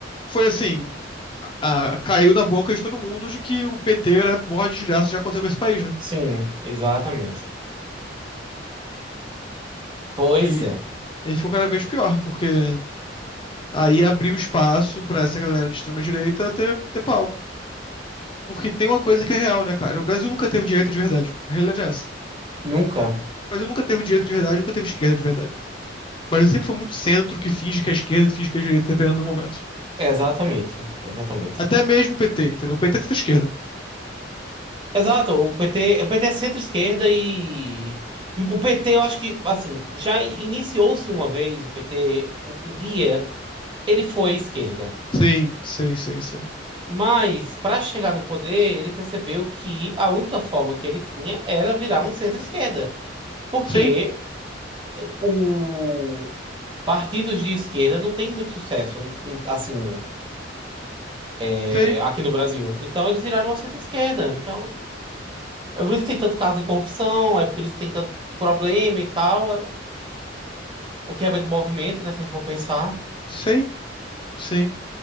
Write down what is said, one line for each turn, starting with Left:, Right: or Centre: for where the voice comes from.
Left: Foi assim, a- caiu na boca de todo mundo de que o PT era a maior desgraça que já aconteceu com esse país, né?
Right: Sim, exatamente. Pois
Left: E
Right: é.
Left: ele ficou cada vez pior, porque aí abriu espaço pra essa galera de extrema-direita ter, ter palco. Porque tem uma coisa que é real, né, cara? O Brasil nunca teve direita de verdade. A realidade é essa. O
Right: Nunca.
Left: Brasil nunca teve direita de verdade, nunca teve esquerda de verdade. O Brasil sempre foi muito centro que finge que é esquerda e finge que é direita, dependendo do momento.
Right: É, exatamente, exatamente.
Left: Até mesmo o PT, entendeu? O PT é centro-esquerda.
Right: Exato, o PT, o PT é centro-esquerda e o PT, eu acho que, assim, já iniciou-se uma vez o PT, um um dia ele foi esquerda.
Left: Sim, sim, sim, sim.
Right: Mas, para chegar no poder, ele percebeu que a única forma que ele tinha era virar um centro-esquerda, porque
Left: Sim,
Right: o partidos de esquerda não tem muito sucesso, não- não- assim, é,
Left: sim,
Right: aqui no Brasil. Então, eles viraram uma centro-esquerda. Então, é por isso que tem tanto caso de corrupção, é por isso que tem tanto problema e tal. é- O que é de movimento, né? Se a gente for pensar,
Left: sim, sim.